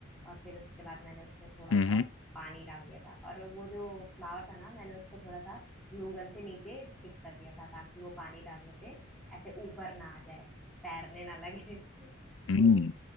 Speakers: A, in the centre; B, on the left (about 75°).
A: और फिर उसके बाद मैंने उसमें थोड़ा
B: हम्म
A: सा
B: हम्म
A: पानी डाल दिया था और वो जो फ्लावर था ना मैंने उसको थोड़ा सा ग्लू गन से नीचे स्टिक कर दिया था ताकि वो पानी डालने पे ऐसे ऊपर ना आ जाए तैरने ना लगे <laughs>
B: हम्म।
A: तो